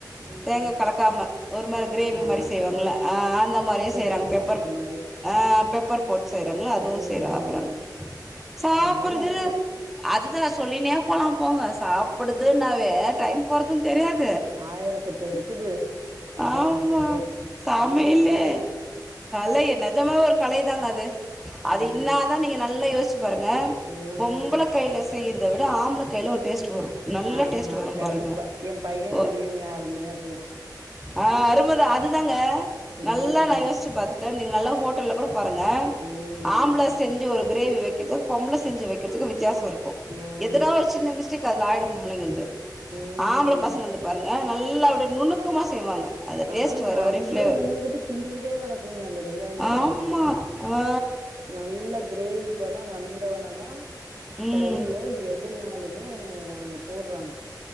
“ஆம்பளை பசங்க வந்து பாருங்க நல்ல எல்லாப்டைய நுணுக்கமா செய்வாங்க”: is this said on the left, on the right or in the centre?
Centre